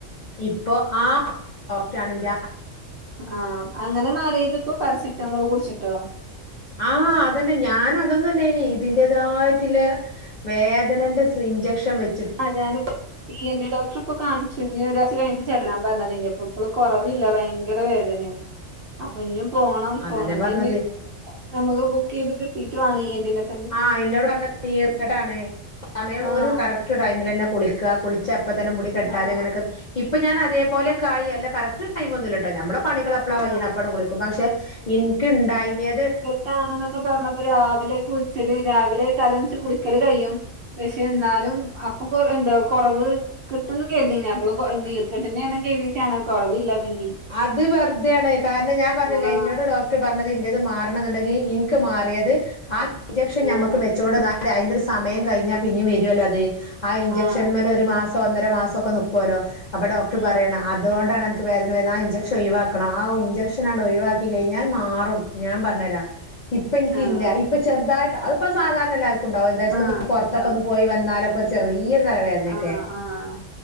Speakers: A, on the left (about 50°); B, on the right (about 60°).
A: ഇപ്പൊ ആഹ് ഡോക്ടറാണ്ന്റെ
B: ആഹ് അങ്ങനെ മാറിയത്പ്പോ പാരസെറ്റമോള് കുടിച്ചിട്ടോ
A: ആഹ് അതന്നെ ഞാനതൊന്ന്വല്ലേനീ ഇതിന്റേതായിട്ട്ല്ല വേദനന്റെ ഇഞ്ചക്ഷൻ വെ
B: ആ ഞാനിപ്പോ ഈ എൻ ടി ഡോക്ടർ ഇപ്പൊ കാണിച്ചു ഇീ ഒരാ്ച കഴിഞ്ഞട്ട് ചെല്ലാൻ പറഞ്ഞതേനി എന്നിട്ട് ഇപ്പോൾ കുറവില്ല ഭയങ്കര വേദന ഉ അപ്പൊ ഇന്ഞ്ഞും പോണം
A: അതന്നെ
B: പോണമെങ്കിൽ
A: പറഞ്ഞത്
B: ഇ നമുക്ക് ബുക്ക് ചെയ്ത് കിട്ടീട്ട് വേണം ഇ എ ന് ടീ ബാറ്റ്
A: ആ എന്നോട് പറഞ്ഞ നീറ് കേട്ടാണ് സമയം
B: ആഹ്
A: ഒരു കറക്ട് ടൈമിൽന്നെ കുളിക്ക കുളിക കുളിച്ച അപ്പ തന്നെ മുടി കെട്ടാതെ
B: ആഹ്
A: അങ്ങനൊക്കെ ഇപ്പൊ ഞാൻ അതേപോലെ കായി അല്ല കറക്റ്റ് ടൈം ഒന്നും ഇല്ല ട്ടോ ഞമ്മള പണികൾ എപ്പാ
B: ആഹ്
A: കൈ്യണപ്പട കുളിക്കും പക്ഷെ എനിക്ക് ഉണ്ടായിനത്
B: ഇതാണ് നിന്നൊക്കെ പറഞ്ഞപ്പ രാവിലെ കുളിച്ചല് രാവിലെ തലന്ച്ച് കുളിക്കല് കഴിയും പക്ഷെ എന്നാലും അപ്പൊ കൊ എന്താ കുറവ് കിട്ടന്ന് കതി അപ്പളും നീർ കെട്ടുന്ന കേതിട്ടാണ് കുറവില്ല പിന്നെ
A: അത് വെറുതെയാണ് കാരണം ഞാൻ പറഞ്ഞില്ല
B: ആഹ്
A: ഇന്നോട് ഡോക്ടർ പറഞ്ഞത് ഇൻ്റെ ത് മാറണം എന്നുണ്ടെങ്കിൽ ഇന് ക്ക് മാറിയത് ആ ഇഞ്ചക്ഷൻ
B: ആഹ്
A: നമ്മുക്ക് വെച്ചോ അത അതിന്റെ ഒരു സമയം കഴിഞ്ഞാൽ പിന്നെും വരുമല്ലോ അത് ആ ഇഞ്ചെക്ഷൻ
B: ആഹ്
A: മൽ ഒരു മാസ ഒന്നര മാസം ഒക്കെ നിക്കുവല്ലോ അപ്പൊ ഡോക്ടർ പറയ
B: ഉം
A: അതൊണ്ടാണ് അനക്ക് വേദന അതിന് ആ ഇഞ്ചെക്ഷൻ ഒഴിവാക്കണം ആ ഇഞ്ചെക്ഷനണ്ട് ഒഴിവാക്കി കഴിഞാ ൽ മാറും ഞാൻ പറഞ്ഞതരാം ഇപ്പൊ ഇന്ക്ക്
B: ആഹ്
A: ഇല്ല ഇപ്പൊ ചെറുതായിട്ട് അതിപ്പൊ സാധാരണ എല്ലാർക്കുംണ്ടാവും എന്തച്ചാ
B: ആഹ്
A: പുറത്തൊക്കെ
B: ഇണ്ടാവും
A: ഒന്ന് പോയി വന്നാലൊക്കെ ഒരു ചെറിയ ഒരു തലവേദന നോ
B: ആഹ്
A: കേ
B: ആഹ്